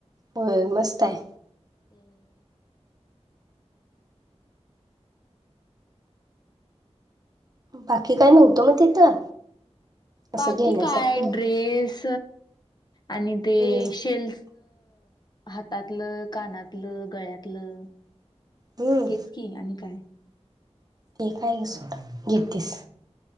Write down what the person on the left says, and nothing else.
हम्म.
बाकी
काय ड्रेस आणि ते
शेल् हातातलं कानातलं गळ्यातलं
तेच की आणि काय